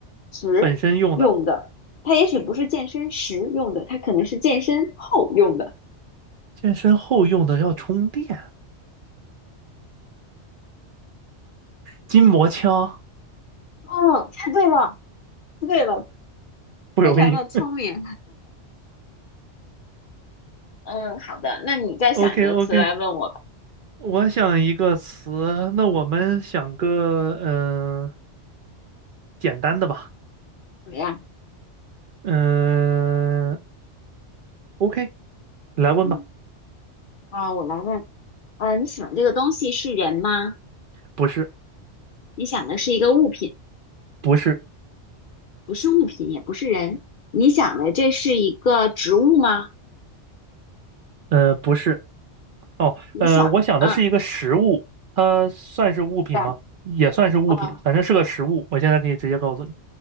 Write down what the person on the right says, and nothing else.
本身用的，
健身后用的要充电，筋膜枪
不容易。
o k o k 我想一个词，那我们想个嗯、呃简单的吧。
嗯，OK，来问吧。
不是，
不是，
呃，不是。哦，
呃，我想的是一个食物，
它算是物品吗？
也算是物品，
反正是个食物。我现在可以直接告诉你，